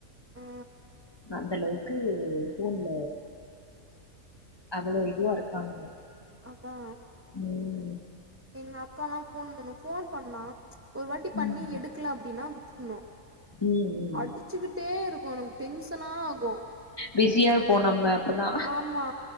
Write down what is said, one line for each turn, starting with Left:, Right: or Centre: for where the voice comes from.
Right: ஆ
Left: அந்த அளவுக்கு போன்ல அவளோ இதுவா இருக்காங்க
Right: அதா
Left: ம்
Right: எங்க அக்காலா போன் பண்ணு போன் பண்ணா ஒரு வாட்டி
Left: ம்
Right: பண்ணி
Left: ம்
Right: எடுக்கல அப்டின்னா விட்றனு
Left: ம் ம்
Right: அடுச்சுக்கிட்டே இருக்கு எனக்கு டென்ஷனா ஆகு
Left: பிஸியா இருப்போ நம்ம அப்பதா
Right: ஆமா